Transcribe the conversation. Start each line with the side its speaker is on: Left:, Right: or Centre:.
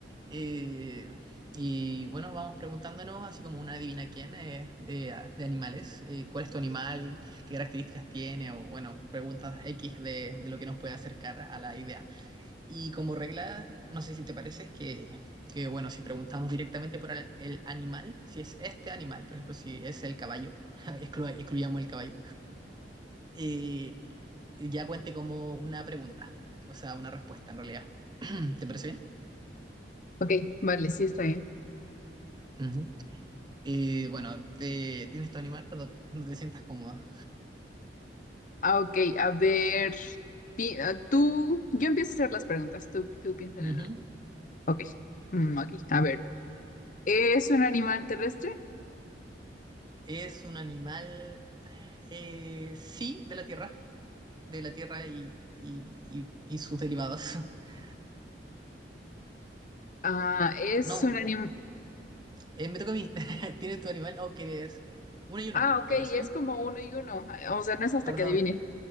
Right: Eh, y bueno, vamos preguntándonos así como una adivina quién eh, de, de animales. Eh, ¿cuál es tu animal? ¿Qué características tiene? O bueno, preguntas X de, de lo que nos puede acercar a la idea. Y como regla, no sé si te parece, es que, que bueno, si preguntamos directamente por el, el animal, si es este animal, por ejemplo, si es el caballo, <laughs> exclu- excluyamos el caballo, eh, ya cuente como una pregunta, o sea, una respuesta en realidad. <clears throat> ¿Te parece
Left: Ok, vale, sí está bien.
Right: bien? Ujú. Eh, bueno, te, ¿tienes tu animal cuando, cuando te sientas cómoda?
Left: Ah, ok, a ver, pi- ah, tú, yo empiezo a hacer las preguntas, tú, tú piensa
Right: Ujú.
Left: en algo. Ok, mm, ok, a ver, ¿es un animal terrestre?
Right: Es un animal, eh, sí, de la tierra, de la tierra y, y, y- y sus derivados. <laughs>
Left: Ah, es
Right: No,
Left: un animal,
Right: Eh, me toca a mí. <laughs> ¿Tienes tu animal o quieres...? Una y una,
Left: ah, ok,
Right: ¿te parece
Left: es
Right: bien?
Left: como uno y uno, ah, o sea, no es hasta
Right: Perdón.
Left: que adivine.